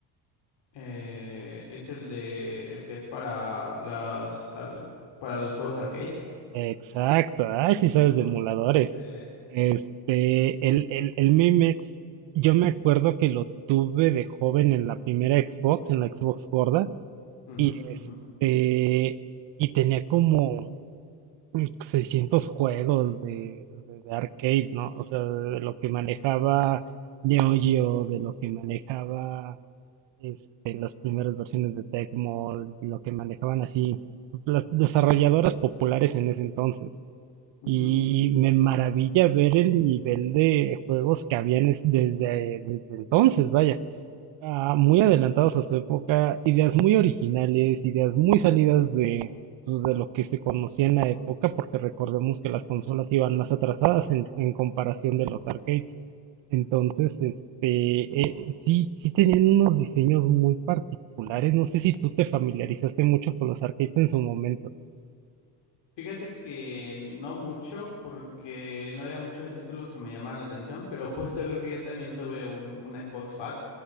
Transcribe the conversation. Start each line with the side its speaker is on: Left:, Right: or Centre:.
Left: Eh, es el de el que es para las al- para los juegos arcade.
Right: Exacto, ay, sí sabes
Left: Ujú,
Right: de emuladores.
Left: eh,
Right: Este, el, el, el MAMEX, yo me acuerdo que lo tuve de joven en la primera Xbox, en la Xbox gorda,
Left: ujú,
Right: y este,
Left: ujú,
Right: y tenía como mm, 600 juegos de, de- de arcade, ¿no? O sea, de lo que manejaba Neo Geo, de lo que manejaba este, las primeras versiones de Tecmo, lo que manejaban así pues, las desarrolladoras populares en ese entonces.
Left: ujú.
Right: Y me maravilla ver el nivel de juegos que habían es- desde, desde entonces, vaya ah, muy adelantados a su época, ideas muy originales, ideas muy salidas de, pues, de lo que se conocía en la época, porque recordemos que las consolas iban más atrasadas en, en comparación de los arcades. Entonces, este, eh, sí, sí tenían unos diseños muy particulares. No sé si tú te familiarizaste mucho con los arcades en su momento.
Left: Fíjate que no mucho, porque no había muchos títulos que me llamaran la atención, pero <laughs> justo creo que yo también tuve un, un Xbox Fat.